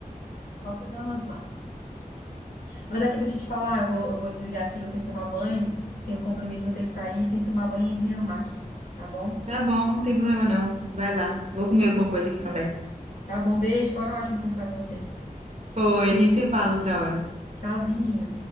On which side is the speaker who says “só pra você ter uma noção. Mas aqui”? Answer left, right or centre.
Left